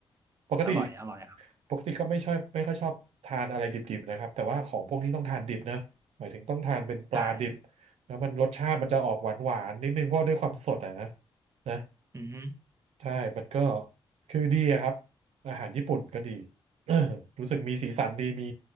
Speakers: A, on the right (about 75°); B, on the right (about 25°).
A: ปกติ
B: อร่อยอร่อยครับ
A: ปกติก็ไม่ชอบไม่ค่อยชอบทานอะไรดิบๆนะครับแต่ว่าของพวกนี้ต้องทานดิบนะหมายถึงต้องทานเป็นปลาดิบ
B: ใช่
A: แล้วมันรสชาติมันจะออกหวานๆนิดนึงเพราะด้วยความสดอ่ะนะนะ
B: อือฮึ
A: ใช่มันก็คือดีอะครับอาหารญี่ปุ่นก็ดี <clears throat> รู้สึกมีสีสันดีมี